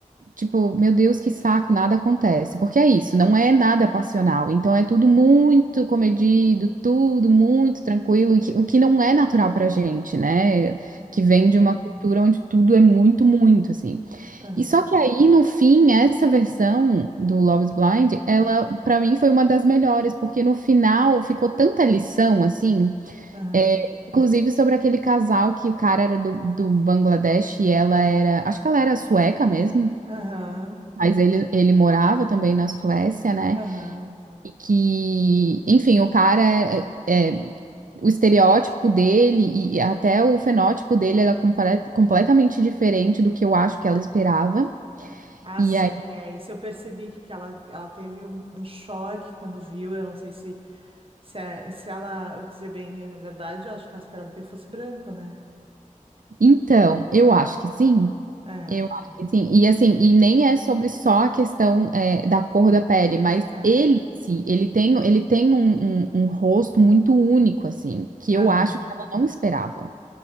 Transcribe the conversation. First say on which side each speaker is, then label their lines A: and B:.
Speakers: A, on the right; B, on the right.
A: Tipo, meu Deus, que saco, nada acontece. Porque é isso, não é nada passional. Então é tudo muito comedido, tudo muito tranquilo, e que- o que não é natural pra gente, né? Que vem
B: aham,
A: de uma cultura onde tudo é muito, muito, assim.
B: aham,
A: E só que aí, no fim, essa versão do Love is Blind, ela, pra mim, foi uma das melhores, porque no final ficou tanta lição, assim,
B: aham,
A: é, inclusive sobre aquele casal que o cara era do, do Bangladesh e ela era, acho que ela era sueca mesmo.
B: aham.
A: Mas ele, ele morava também na Suécia, né?
B: aham.
A: E que, enfim, o cara é, é- é, o estereótipo dele e e até o fenótipo dele era complet- completamente diferente do que eu acho que ela esperava.
B: Ah,
A: E
B: sim,
A: aí,
B: é isso. Eu percebi que que ela, ela teve um, um choque quando viu. Eu não sei se, se, é- se ela, eu dizer bem a verdade, eu acho que ela esperava que ele fosse branco, né?
A: então, eu acho que sim.
B: É,
A: Eu acho que sim. E assim, e nem é sobre só a questão é, da cor da pele, mas
B: é.
A: ele, sim, ele tem, ele tem um, um um rosto muito único, assim, que
B: Aham,
A: eu acho que ela não esperava.